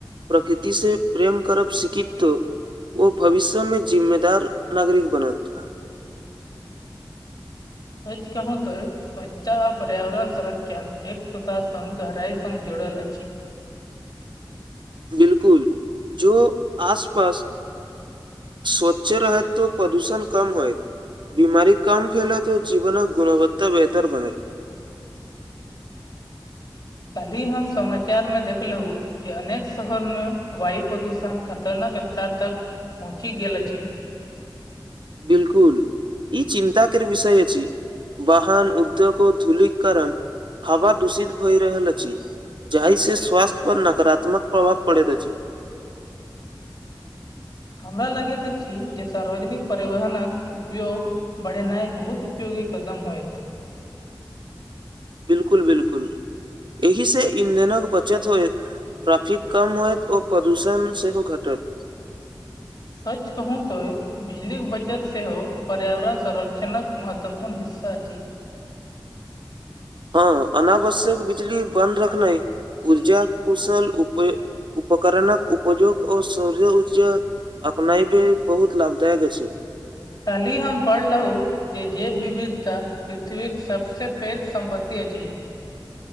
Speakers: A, on the right (about 65°); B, on the left (about 50°).
A: प्रकृति से प्रेम करब सिखित तो ओ भविष्य में जिम्मेदार नागरिक बनत
B: सच कहू तँ स्वच्छता आ पर्यावरण संरक्षण एक प्रसास संघ गहराइ संघ जुड़ल अछी
A: बिलकुल जो आसपास स्वच्छ रहत तो प्रदूषण कम होयत बीमारी कम फैल तो जीवनक गुणवत्ता बेहतर बने
B: कल्हि हम समाचार में देखलहु जे अनेक शहर में वायु प्रदूषण खतरनाक सार्थक पहुँची गेल अछि
A: बिल्कुल ई चिन्ताक विषय अछि वाहन उद्योग धूलिक कारण हवा दूषित भइ रहल अछि जाहि से स्वस्थ्य पर नकारात्मक प्रभाव पड़ैत अछि
B: हमरा लगैत अछि जे सार्वजनिक परिवहनक उपयोग बढ़ेनाइ बहुत उपयोगी कदम होयत
A: बिल्कुल बिल्कुल एहि से इंधनक बचत होयत ट्रैफिक कम होयत ओ प्रदूषण सेहो घटत
B: सच कहू तो बिजलीक बचत सेहो पर्यावरण संरक्षणक महत्वपूर्ण हिस्सा अछि
A: हँ अनावश्यक बिजली बन्द रखनाइ ऊर्जा कुशल उप उपकरणक उपयोग ओ सौर ऊर्जा अपनायब बहुत लाभदायक अछि
B: कल्हि हम पढ़लहु जे जेैव विविधता पृथ्वीक सबसे पैघ सम्पत्ति अछि